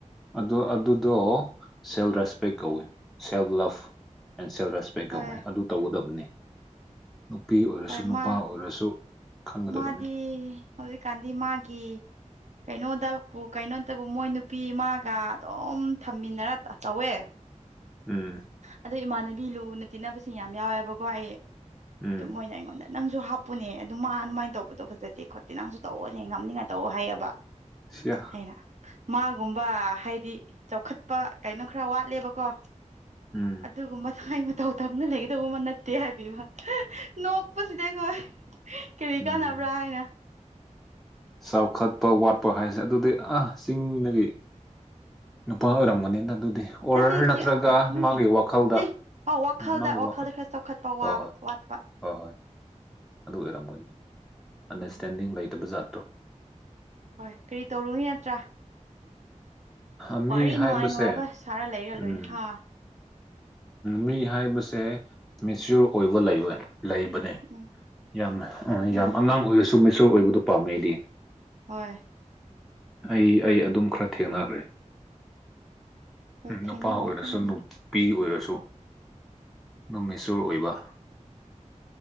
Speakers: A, in the centre; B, on the right (about 65°).
A: ꯑꯗꯨ ꯑꯗꯨꯗꯣ ꯁꯦꯜ ꯔꯦꯁꯄꯦꯛ ꯀꯧꯋꯤ ꯁꯦꯜꯐ ꯂꯞꯐ ꯑꯦꯟ ꯁꯦꯜ ꯔꯦꯁ ꯄꯦꯛ
B: ꯍꯣꯏ
A: ꯀꯧꯋꯦ ꯑꯗꯨ ꯇꯧꯒꯗꯕꯅꯤ ꯅꯨꯄꯤ ꯑꯣꯏꯔꯁꯨ
B: ꯍꯣꯏ
A: ꯅꯨꯄꯥ
B: ꯃꯥ
A: ꯑꯣꯏꯔꯁꯨ ꯈꯪꯒꯗꯕꯅꯤ
B: ꯃꯥꯗꯤ ꯍꯧꯖꯤꯛꯀꯥꯟꯗꯤ ꯃꯥꯒꯤ ꯀꯩꯅꯣꯗꯕꯨ ꯀꯩꯅꯣꯗꯕꯨ ꯃꯣꯏ ꯅꯨꯄꯤ ꯃꯥꯒ ꯑꯗꯨꯝ ꯊꯝꯃꯤꯟꯅꯔ ꯆꯧꯋꯦ
A: ꯎꯝ
B: ꯑꯗꯣ ꯏꯃꯥꯟꯅꯕꯤ ꯂꯨꯅ ꯇꯤꯟꯅꯕꯁꯤꯡ ꯌꯥꯝ ꯌꯥꯎꯋꯦꯕꯀꯣ ꯑꯩ
A: ꯎꯝ
B: ꯑꯗꯨꯝ ꯃꯣꯏꯅ ꯑꯩꯉꯣꯟꯗ ꯅꯪꯁꯨ ꯍꯥꯞꯄꯨꯅꯦ ꯑꯗꯨ ꯃꯥ ꯑꯗꯨꯃꯥꯏꯅ ꯇꯧꯕꯗꯣ ꯐꯖꯗꯦ ꯈꯣꯠꯇꯦ ꯅꯪꯁꯨ ꯇꯧꯋꯣꯅꯦ ꯉꯝꯅꯤꯡꯉꯥꯏ ꯇꯧꯋꯣ ꯍꯥꯏꯌꯦꯕ
A: ꯁꯤꯌꯥ
B: ꯑꯩꯅ ꯃꯥꯒꯨꯝꯕ ꯍꯥꯏꯗꯤ ꯆꯥꯎꯈꯠꯄ ꯀꯩꯅꯣ ꯈꯔ ꯋꯥꯠꯂꯦꯕꯀꯣ
A: ꯎꯝ
B: ꯑꯗꯨꯒꯨꯝꯕꯗꯣ ꯑꯩ ꯃꯇꯧ ꯇꯝꯅ ꯂꯩꯒꯗꯧꯕ ꯑꯃ ꯅꯠꯇꯦ ꯍꯥꯏꯕꯤꯕ ꯅꯣꯛꯄꯁꯤꯗꯤ ꯍꯣꯏ ꯀꯔꯤ
A: ꯎꯝ
B: ꯀꯥꯟꯅꯕ꯭ꯔꯥ ꯍꯥꯏꯅ
A: ꯆꯥꯎꯈꯠꯄ ꯋꯥꯠꯄ ꯍꯥꯏꯖꯦ ꯑꯗꯨꯗꯤ ꯑ ꯆꯤꯡꯗꯒꯤ ꯅꯨꯄꯥ ꯑꯣꯏꯔꯝꯒꯅꯤꯗ ꯑꯗꯨꯗꯤ ꯑꯣꯔ
B: ꯅꯠꯇꯦ ꯏꯆꯦ
A: ꯅꯠꯇ꯭ꯔꯒ
B: ꯅꯠꯇꯦ
A: ꯃꯥꯒꯤ ꯋꯥꯈꯜꯗ
B: ꯏꯆꯦ ꯑ ꯋꯥꯈꯜꯗ
A: ꯃꯥꯒꯤ
B: ꯋꯥꯈꯜꯗ
A: ꯋꯥꯈꯜ
B: ꯈꯔ ꯆꯥꯎꯈꯠꯄ
A: ꯍꯣꯏ
B: ꯋꯥꯕ
A: ꯍꯣꯏ
B: ꯋꯥꯠꯄ
A: ꯍꯣꯏ ꯍꯣꯏ ꯑꯗꯨ ꯑꯣꯏꯔꯝꯒꯅꯤ ꯑꯟꯗꯔꯁꯇꯦꯟꯗꯤꯡ
B: ꯎꯝ
A: ꯂꯩꯇꯕ ꯖꯥꯠꯇꯣ
B: ꯍꯣꯏ ꯀꯔꯤ ꯇꯧꯔꯨꯏ ꯌꯠꯇ꯭ꯔꯥ
A: ꯑ ꯃꯤ
B: ꯋꯥꯔꯤ ꯅꯨꯡꯉꯥꯏ
A: ꯍꯥꯏꯕꯁꯦ
B: ꯅꯨꯡꯉꯥꯏꯕ ꯁꯥꯔ ꯂꯩꯔ
A: ꯎꯝ
B: ꯂꯣꯏꯔꯦ ꯍꯥ
A: ꯃꯤ ꯍꯥꯏꯕꯁꯦ ꯃꯦꯆꯤꯌꯣꯔ ꯑꯣꯏꯕ ꯂꯩꯕ ꯂꯩꯕ ꯅꯦ
B: ꯎꯝ
A: ꯌꯥꯝ ꯌꯥꯝ
B: ꯎꯝ
A: ꯑꯉꯥꯡ ꯑꯣꯏꯔꯁꯨ ꯃꯦꯆꯤꯌꯣꯔ ꯑꯣꯏꯕꯗꯣ ꯄꯥꯝꯃꯦ ꯑꯩꯗꯤ
B: ꯍꯣꯏ
A: ꯑꯩ ꯑꯩ ꯑꯗꯨꯝ ꯈꯔ ꯊꯦꯡꯅꯈ꯭ꯔꯦ
B: ꯍꯣꯏ
A: ꯎꯝ ꯅꯨꯄꯥ
B: ꯊꯦꯡꯅꯔꯛꯀꯅꯤ
A: ꯑꯣꯏꯔꯁꯨ ꯅꯨꯄꯤ ꯑꯣꯏꯔꯁꯨ ꯗꯨꯝ ꯃꯦꯆꯤꯌꯣꯔ ꯑꯣꯏꯕ